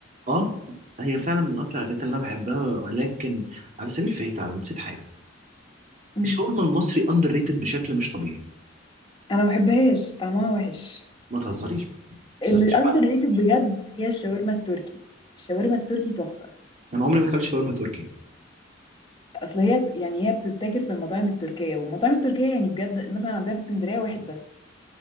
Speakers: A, on the right (about 40°); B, on the left (about 25°).
A: اه هي فعلا من اكتر الاكلات اللي انا بحبها ولكن على سبيل الفاهيتا انا نسيت حاجة
B: مم.
A: الشاورما المصري اندر ريتد بشكل مش طبيعي
B: انا ما بحبهاش طعمها وحش
A: ما تهزريش بقى ما
B: اللي
A: تهزريش
B: اندر
A: بقى
B: ريتد بجد هي الشاورما التركي الشاورما التركي تحفه
A: انا عمري ما اكلت شاورما تركي
B: اصل هي يعني هي بتتاكل في المطاعم التركيه والمطاعم التركيه يعني بجد مثلا عندنا في اسكندريه واحد بس